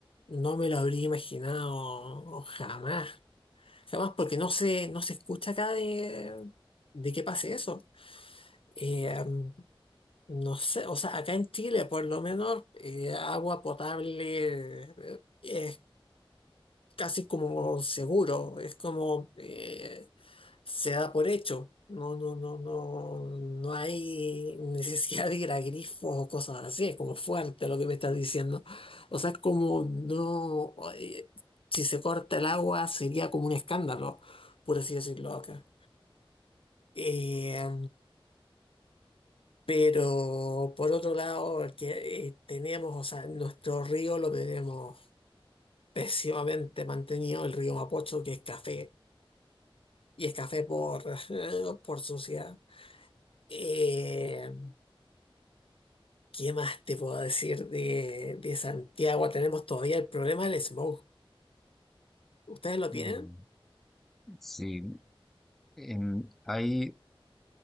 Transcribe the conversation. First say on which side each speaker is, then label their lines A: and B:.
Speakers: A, on the left; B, in the centre.
A: no me lo habría imaginado jamás, jamás, porque no se, no se escucha acá de, de que pase eso. Eh, em, No sé, o sea, acá en Chile por lo menos eh, agua potable eh, es casi como seguro, es como eh, se da por hecho. No, no, no, no, no hay <laughs> necesidad de ir a grifos o cosas así, es como fuerte lo que me estás diciendo. O sea, es como no, eh, si se corta el agua sería como un escándalo, por así decirlo acá. Eh, Pero por otro lado, el que eh, tenemos, o sea, nuestro río lo tenemos pésimamente mantenido, el río Mapocho, que es café, y es café por, <laughs> por suciedad. Eh, ¿qué más te puedo decir de, de Santiago? Tenemos todavía el problema del smog. ¿Ustedes lo tienen?
B: Mm. Sí, en- hay